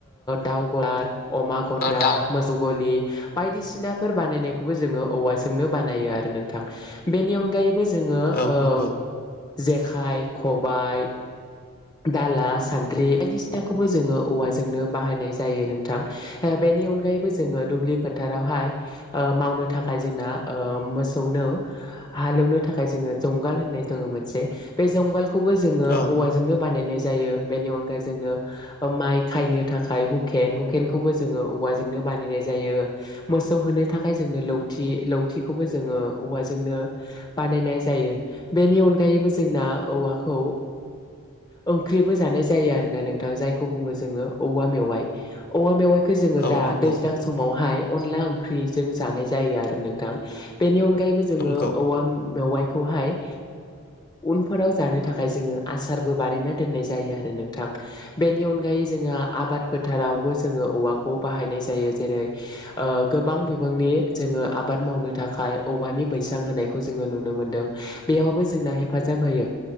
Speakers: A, on the left; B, on the left.
A: दाउ गलार अमा गन्द्रा
B: औ दाउ
A: मोसौ गलि बायदिसिनाफोर बानायनायखौबो जोङो औवाजोंनो बानायो आरो नोंथां बेनि अनगायै बो जोङो
B: औ
A: ओ
B: नंगौ
A: जेखाइ खबाय दाला सान्द्रि बायदिसिनाखौबो जोङो औवाजोंनो बाहायनाय जायो नोंथां बेनि अनगायैबो जोङो दुब्लि फोथारावहाय मावनो थाखाय जोंना मोसौनो हालेवनो थाखाय जोङो जुंगाल होननाय दङ मोनसे बे जुंगालखौ खौबो जोङो
B: औ
A: औवाजोंनो बानायनाय जायो बेनि अनगायै जोंनो माइ खायनो थाखाय हुखेन हुखेनखौबो जोङो औवाजोंनो बानायनाय जायो मोसौ होनो थाखाय जोंनो लौथि लौथिखौबो जोङो औवाजोंनो बानायनाय जायो बेनि अनगायैबो जोंना औवाखौ ओंख्रिबो जानाय जायो आरोना नोंथां जायखौ बुङो जोङो औवा मेवाइ औवा मेवाइ खौ जोङो
B: औ
A: दा
B: नंगौ
A: दैज्लां समावहाय अनला ओंख्रिजों जानाय जायो आरो नोंथां बेनि अनग बेगायबो जोङो
B: नंगौ
A: औवा मेवाइ खौहाय उनफोराव जानो थाखाय जोङो आसारबो बानायना दोननाय जायो आरो नोंथां बेनि अनगायै जोङो आबाद फोथारावबो जोङो औवाखौ बाहायनाय जायो जेरै गोबां बिबांनि जोङो आबाद मावनो थाखाय औवानि बैसां होनायखौ जोङो नुनो मोन्दों बेयावबो जोंना हेफाजाब होयो